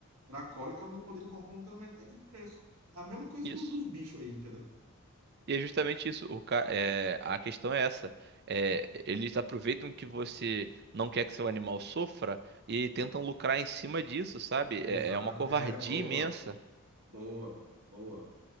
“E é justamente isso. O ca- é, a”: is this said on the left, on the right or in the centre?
Right